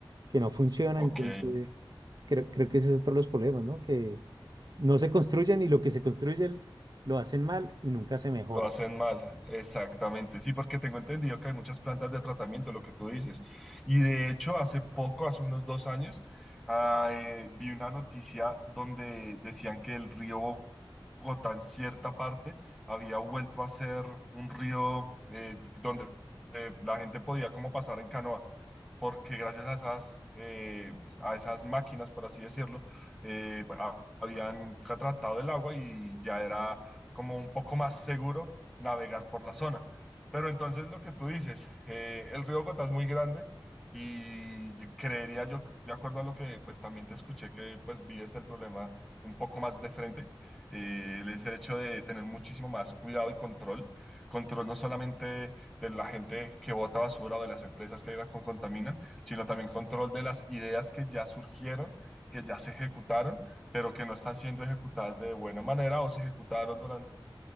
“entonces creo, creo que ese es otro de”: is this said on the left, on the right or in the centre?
Right